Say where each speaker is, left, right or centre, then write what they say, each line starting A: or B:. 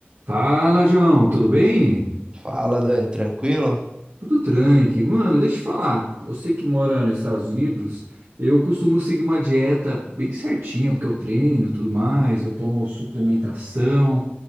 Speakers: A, on the right; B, on the right.
A: Fala, João, tudo bem?
B: Fala, Dani, tranquilo?
A: Tudo tranqui. Mano, deixa eu te falar. Você que mora nos Estados Unidos, eu costumo seguir uma dieta bem certinha, porque eu treino, e tudo mais, eu tomo suplementação,